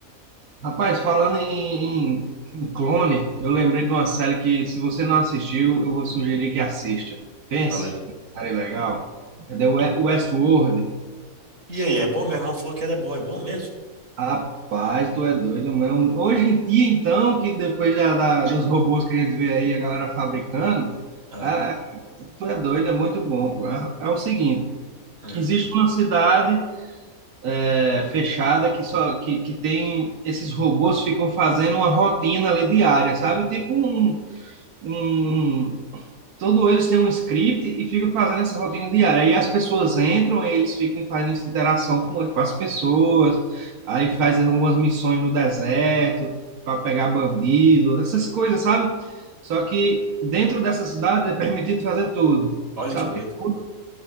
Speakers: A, on the right (about 80°); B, on the right (about 60°).
A: rapaz, falando em, em- em clone, eu lembrei de uma série que, se você não assistiu, eu vou sugerir que assista. Pense,
B: Fala aí.
A: série legal. É The We- Westworld.
B: E aí, é bom? Meu irmão falou que era bom. É bom mesmo?
A: Rapaz, tu é doido, mano. Hoje em dia, então, que depois da, da- dos robôs que a gente vê aí, a galera fabricando,
B: Ah,
A: ah, tu é doido, é muito bom. pô. É, é o seguinte,
B: hum.
A: existe uma cidade é, fechada que só que, que tem esses robôs ficam fazendo uma rotina ali diária, sabe? Tipo um, um, Todo eles têm um script e ficam fazendo essa rotina diária. Aí as pessoas entram, aí eles ficam fazendo essa interação com, com as pessoas, aí faz algumas missões no deserto para pegar bandido, essas coisas, sabe? Só que dentro dessa cidade é permitido fazer tudo,
B: Olha
A: sabe?
B: que doido.
A: Porque tudo